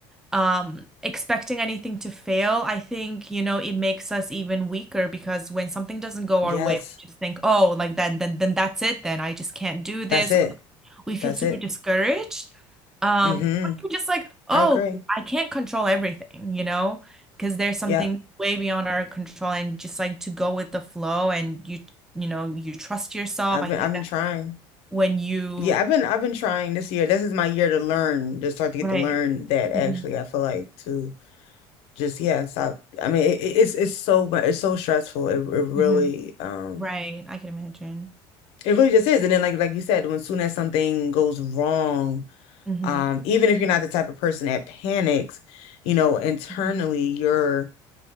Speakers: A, in the centre; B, on the left.
A: um expecting anything to fail, I think, you know, it makes us even weaker because when something doesn't go
B: Yes.
A: our way, we just think, oh, like then then then that's it, then I just can't do this
B: That's it.
A: we feel
B: That's
A: super
B: it.
A: discouraged. Um,
B: Mm-hmm.
A: but if we're just like, oh,
B: I agree.
A: I can't control everything, you know, because there's something
B: Yeah,
A: way beyond our control, and just like to go with the flow, and you, you know, you trust yourself.
B: I've
A: I
B: been
A: think
B: I've been
A: that
B: trying.
A: when you,
B: Yeah, I've been I've been trying this year. This is my year to learn, to start to get
A: right,
B: to learn that actually.
A: hmm
B: I feel like to just yeah, stop. I mean, it, it's it's so mu- it's so stressful. It, it really
A: hmm
B: um
A: right, I can imagine.
B: it really just is. And then like like you said, when soon as something goes wrong,
A: hmm
B: um even if you're not the type of person that panics, you know, internally
A: hmm
B: you're